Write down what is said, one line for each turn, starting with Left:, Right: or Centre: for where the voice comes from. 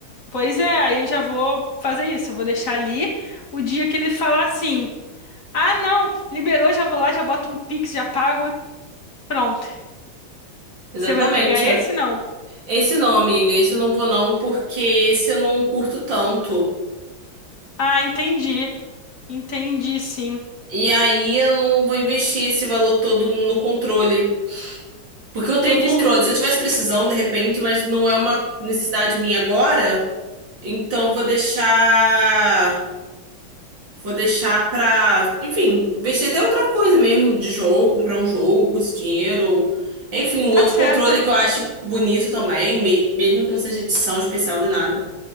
Left: pois é, aí eu já vou fazer isso. Eu vou deixar ali. O dia que ele falar assim. Ah, não, liberou, já vou lá, já boto no Pix, já pago e pronto.
Right: Exatamente.
Left: Você vai pegar esse, não?
Right: Esse não, amiga, esse eu não vou não, porque esse eu não curto tanto.
Left: Ah, entendi. Entendi, sim.
Right: E aí eu não vou investir esse valor todo no controle. Porque eu
Left: Entendi.
Right: tenho controle.
Left: cê-
Right: Se eu tivesse precisando, de repente, mas não é uma necessidade minha agora, então eu vou deixar. Vou deixar pra. Enfim, investir até em outra coisa mesmo, de jogo, comprar um jogo, com esse dinheiro, ou. Enfim, um outro
Left: Tá certa,
Right: controle que eu acho bonito também, me- mesmo que não seja edição especial nem nada.